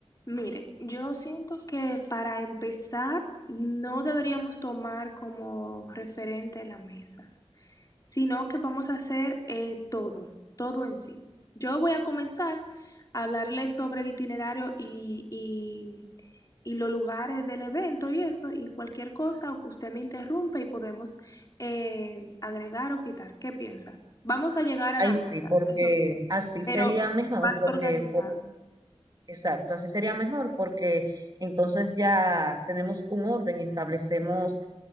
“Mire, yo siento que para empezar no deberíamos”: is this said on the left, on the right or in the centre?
Left